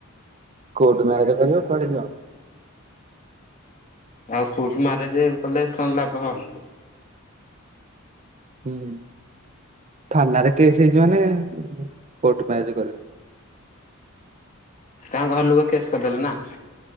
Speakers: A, on the right; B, on the left.
A: କୋର୍ଟ ମ୍ୟାରେଜ କରିବ କୁଆଡେ ଯିବ?
B: ଆଉ କୌଠୁ ମାରେଜ କଲେ କଣ ଲାଭ ହବ
A: ହୁଁ। ଥାନାରେ କେସ୍ ହେଇଚି ମାନେ କୋର୍ଟ ମ୍ୟାରେଜ କରିବ।
B: ତାଙ୍କ ଘର ଲୁକ କେସ୍ କରିଦେଲେ ନା?